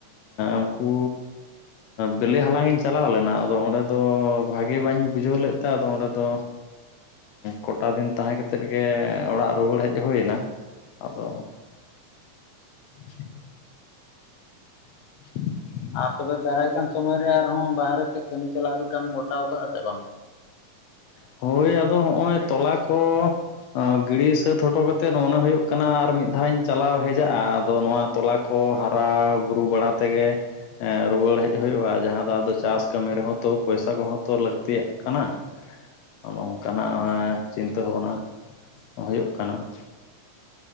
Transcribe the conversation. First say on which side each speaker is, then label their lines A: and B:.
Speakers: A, on the left; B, on the left.
A: ᱩᱱᱠᱩᱼᱼ ᱵᱤᱞᱤ ᱦᱟᱞᱟᱝ ᱤᱧ ᱪᱟᱞᱟᱣ ᱞᱮᱱᱟ, ᱟᱫᱚ ᱚᱸᱰᱮ ᱫᱚ ᱵᱷᱟᱜᱤ ᱵᱟᱹᱧ ᱵᱩᱡᱷᱟᱹᱣ ᱞᱮᱫ ᱛᱮ ᱟᱫᱚ ᱚᱸᱰᱮ ᱫᱚᱼᱼ ᱠᱚᱴᱟ ᱫᱤᱱ ᱛᱟᱦᱮᱸ ᱠᱟᱛᱮᱫ ᱜᱮ ᱚᱲᱟᱜ ᱨᱩᱣᱟᱹᱲ ᱦᱮᱡ ᱦᱩᱭᱱᱟ ᱾ ᱟᱫᱚᱼᱼ ᱟᱪᱪᱷᱟ ᱾ <inaudible>
B: ᱟᱨ ᱛᱚᱵᱮ ᱫᱟᱨᱟᱭ ᱠᱟᱱ ᱥᱚᱢᱚᱭ ᱨᱮ ᱟᱨᱦᱚᱸ ᱵᱟᱦᱨᱮ ᱥᱮᱫ ᱠᱟᱹᱢᱤ ᱪᱟᱞᱟᱜ ᱞᱮᱠᱟᱢ ᱜᱚᱴᱟᱣ ᱠᱟᱜᱼᱟ ᱥᱮ ᱵᱟᱝ?
A: ᱦᱳᱭ ᱟᱫᱚ ᱦᱚᱜᱼᱚᱭ ᱛᱚᱞᱟ ᱠᱚᱼᱼ ᱜᱤᱰᱤ ᱥᱟᱹᱛ ᱦᱚᱴᱚ ᱠᱟᱛᱮᱫ ᱦᱚᱱᱚᱜᱼᱟ ᱢᱚᱱᱮ ᱦᱩᱭᱩᱜ ᱠᱟᱱᱟ ᱟᱨ ᱢᱤᱫ ᱫᱷᱟᱣ ᱤᱧ ᱪᱟᱞᱟᱣ ᱦᱮᱡᱟᱜᱼᱟ ᱾ ᱟᱫᱚ ᱱᱚᱣᱟ ᱛᱚᱞᱟᱼᱼ ᱠᱚ ᱦᱟᱨᱟ ᱵᱩᱨᱩ ᱵᱟᱲᱟ ᱛᱮᱜᱮᱼᱼ ᱮ ᱨᱩᱣᱟᱲ ᱦᱮᱡ ᱦᱩᱭᱩᱜᱼᱟ, ᱡᱟᱦᱟᱸ ᱫᱚ ᱟᱫᱚ ᱪᱟᱥ ᱠᱟᱹᱢᱤ ᱨᱮᱦᱚᱸ ᱛᱚ ᱯᱚᱭᱥᱟ ᱠᱚᱦᱚᱸ ᱛᱚ ᱞᱟᱹᱠᱛᱤᱭᱟᱜ ᱠᱟᱱᱟ ᱾ ᱚᱱᱮ ᱚᱝᱠᱟᱱᱟᱜ ᱪᱤᱱᱛᱟᱹ ᱵᱷᱟᱵᱽᱱᱟ ᱦᱩᱭᱩᱜ ᱠᱟᱱᱟ ᱾